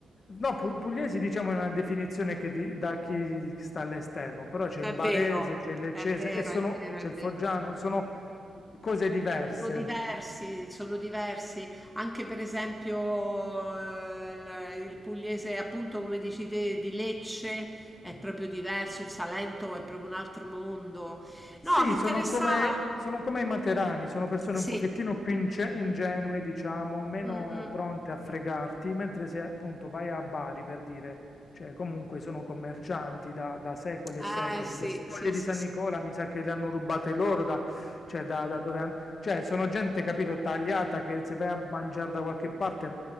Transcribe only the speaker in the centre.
è
vero,
è vero,
è vero, è
vero.
Sono diversi, sono diversi. Anche per esempio eh, il, il pugliese, appunto come dici te, di Lecce è proprio diverso, il Salento è proprio un altro mondo. No,
mi Sì,
interessava.
Sì.
Mm, mm.
Eh
sì,
sì,
sì,
sì.